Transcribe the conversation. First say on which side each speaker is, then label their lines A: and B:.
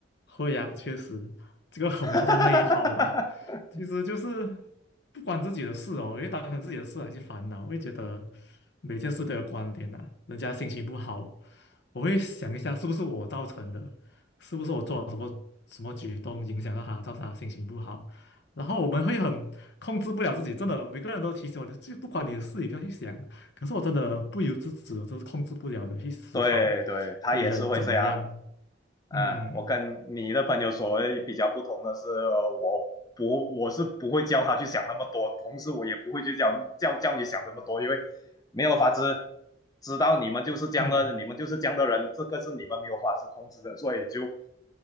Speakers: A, on the left; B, on the left.
A: 会呀，确实，这个我们叫做内耗吧。
B: <laughs>
A: 其实就是不关自己的事哦，因为当成自己的事来去烦恼，会觉得每件事都有关联呐、人家心情不好，我会想一下是不是我造成的，是不是我做了什么什么举动影响到他，造成他心情不好。然后我们会很控制不了自己，真的，每个人都提醒我，就不管你的事，你不要去想。可是我真的不由自主，就是控制不了的去思考
B: 对对，他也是会这样。
A: 别人怎么样。
B: 嗯，
A: 嗯
B: 我跟你的朋友所谓比较不同的是，呃我不我是不会教他去想那么多，同时我也不会去教教教你想这么多，因为没有法子知道你们就是这样的，
A: 嗯。
B: 你们就是这样的人，这个是你们没有法子控制的，所以就